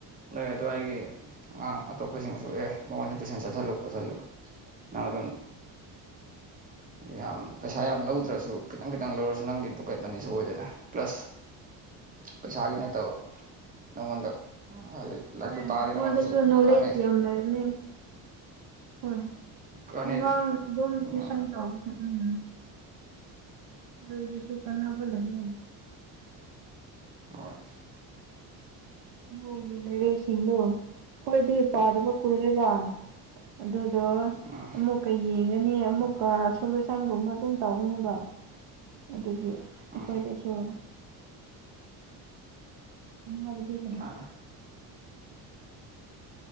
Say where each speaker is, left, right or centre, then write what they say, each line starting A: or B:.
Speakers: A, on the right; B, on the right.
A: ꯅꯣꯏ ꯑꯗꯨ ꯑꯩꯒꯤꯦ ꯑꯉꯥꯡ ꯑꯇꯣꯞꯄꯁꯤꯡꯁꯨ ꯑꯦ ꯃꯉꯣꯟꯗ ꯇꯨꯏꯁꯟ ꯆꯠꯊꯜꯂꯨ ꯈꯣꯠꯆꯜꯂꯨ ꯅꯪ ꯑꯗꯨꯝ ꯌꯥꯝ ꯄꯩꯁꯥ ꯌꯥꯝ ꯂꯧꯗ꯭ꯔꯁꯨ ꯈꯤꯇꯪ ꯈꯤꯇꯪ ꯂꯧꯔꯁꯨ ꯅꯪꯒꯤ ꯄꯣꯀꯦꯠ ꯃꯅꯤꯁꯨ ꯑꯣꯏꯗꯅ ꯄ꯭ꯂꯁ ꯄꯩꯁꯥꯒꯤ ꯅꯠꯇꯕ ꯅꯪꯉꯣꯟꯗ ꯍꯥꯏꯗꯤ ꯂꯥꯏꯔꯤꯛꯇꯨ
B: ꯍꯣꯏ ꯑꯩꯉꯣꯟꯗꯁꯨ
A: ꯇꯥꯛꯑꯗꯤ ꯅꯪꯉꯣꯟꯗꯁꯨ
B: ꯅꯣꯂꯦꯖ
A: ꯀꯥꯟꯅꯩ
B: ꯌꯥꯝ ꯂꯩꯕꯅꯦ ꯍꯣꯏ
A: ꯀꯥꯟꯅꯩꯗꯅ
B: ꯑꯉꯥꯡ ꯑꯗꯨꯝ
A: ꯑꯗꯨꯃꯥꯏꯅ
B: ꯇ꯭ꯨꯁꯟ ꯇꯧ ꯎꯝ ꯂꯣꯏꯗꯤꯁꯨꯨ ꯀꯅꯥ ꯐꯂꯅꯦ
A: ꯑ
B: ꯅꯨꯡꯉꯥꯏꯒꯤꯦ ꯂꯩꯔꯦꯁꯤꯡꯅꯣ ꯑꯩꯣꯏꯗꯤ ꯄꯥꯗꯕ ꯀꯨꯏꯔꯦꯕ ꯑꯗꯨꯗꯣ
A: ꯎꯝ
B: ꯑꯃꯨꯛꯀ ꯌꯦꯡ ꯐꯪꯒꯅꯤ ꯑꯃꯨꯛꯀ ꯁꯣꯂꯨꯁꯟꯒꯨꯝꯕ ꯑꯗꯨꯝ ꯇꯧꯒꯅꯦꯕ ꯑꯗꯨꯒꯤ
A: ꯎꯝ
B: ꯍꯣꯏ ꯇꯁꯨꯣ ꯎꯕꯗꯤ ꯂꯩꯅꯦ
A: ꯃꯥꯅꯦ